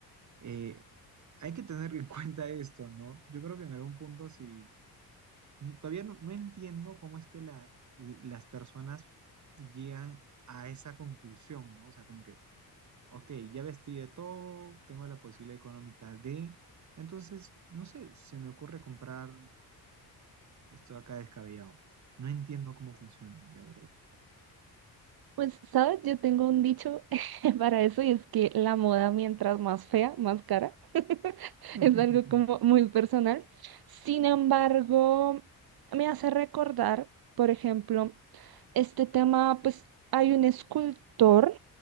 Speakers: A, on the right; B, on the right.
A: eh, hay que tener en <laughs> cuenta esto, ¿no? Yo creo que en algún punto sí, n- todavía no, no entiendo cómo es que la- las personas llegan a esa conclusión, ¿no? O sea, como que Ok, ya vestí de todo, tengo la posibilidad económica de... Entonces, no sé, se me ocurre comprar esto de acá descabellado. No entiendo cómo funciona, la verdad.
B: Pues, ¿sabes? Yo tengo un dicho <laughs> para eso y es que la moda mientras más fea, más cara. <laughs>
A: <laughs>
B: Es algo como muy personal. Sin embargo, me hace recordar, por ejemplo, este tema, pues hay un escultor